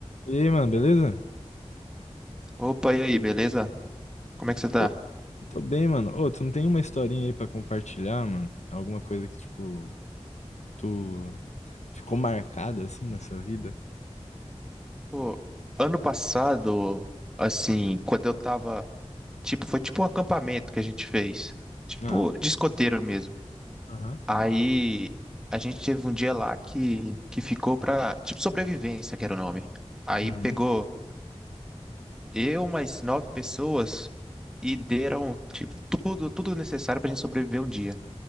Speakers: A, on the left; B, in the centre.
A: E aí, mano, beleza?
B: Opa, e aí, beleza? Como é que você tá?
A: Ô, tô bem, mano. Ô, tu não tem uma historinha aí pra compartilhar, mano? Alguma coisa que, tipo, tu ficou marcada assim na sua vida?
B: Pô, ano passado, assim, quando eu tava, tipo, foi tipo um acampamento que a gente fez, tipo,
A: Ah,
B: de escoteiro mesmo.
A: aham.
B: Aí a gente teve um dia lá que, que ficou pra, tipo, sobrevivência, que era o nome. Aí
A: Uhum,
B: pegou eu mais nove pessoas e deram, tipo, tudo, tudo necessário pra gente sobreviver um dia.